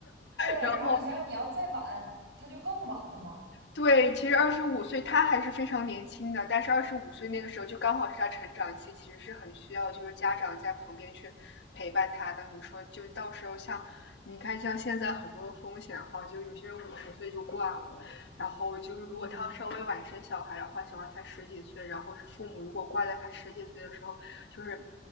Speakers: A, on the right (about 70°); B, on the left (about 70°).
A: 对，
B: 然后
A: 然后你想想你要再晚，他就更晚了嘛，
B: 对，其实二十五岁他还是非常年轻的，但是二十五岁那个时候就刚好是他成长期，其实是很需要就是家长在旁边去陪伴他的。你说就到时候像你看像现在很多的风险哈，就有些人五十岁就挂了，然后就是如果他稍微晚生小孩的话，
A: 嗯
B: 小孩才十几岁，然后父母如果挂在他十几岁的时候，就是